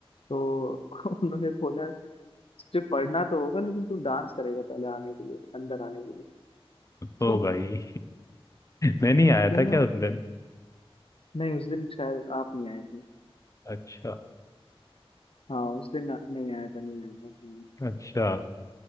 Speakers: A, on the left; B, on the left.
A: तो <laughs> उन्होंने बोला तुझे पढ़ना तो होगा लेकिन तू डांस करेगा पहले आने के लिए अंदर आने के लिए
B: ओ
A: तो
B: भाई मैं नहीं आया
A: तो
B: था क्या उस दिन
A: नहीं उस दिन शायद आप नहीं आए थे
B: अच्छा
A: हाँ उस दिन आप नहीं आया था नहीं आया था हाँ।
B: अच्छा